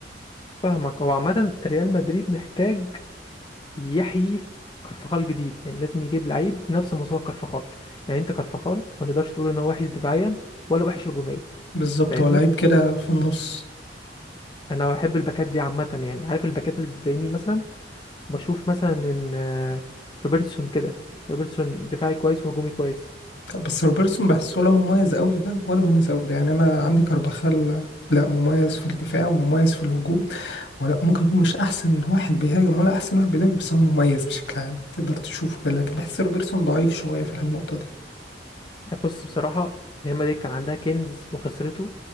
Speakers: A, on the left (about 25°); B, on the left (about 65°).
A: فاهمك هو عامه ريال مدريد محتاج يحيي كرفخال جديد يعني لازم يجيب لعيب نفس مستوى كرفخال يعني انت كرفخال ما تقدرش تقول ان هو وحش دفاعيا ولا وحش هجوميا
B: بالظبط
A: فاهمني
B: هو لعيب كده في النص
A: انا بحب الباكات دي عامه يعني عارف الباكات اللي زي مين مثلا بشوف مثلا ان آه، روبرتسون كده روبرتسون دفاعي كويس وهجومي كويس
B: بس روبرتسون بحسه ولا مميز أوي في ده ولا مميز أوي في ده يعني أنا عندي كارباخال لا مميز في الدفاع ومميز في الهجوم ولا ممكن يكون مش أحسن واحد بيهاجم ولا أحسن واحد بيدافع بس هو مميز بشكل عام تقدر تشوفه كده لكن بحس روبرتسون ضعيف شوية في النقطة دي
A: يعني بص بصراحه ريال مدريد كان عندها كنز وخسرته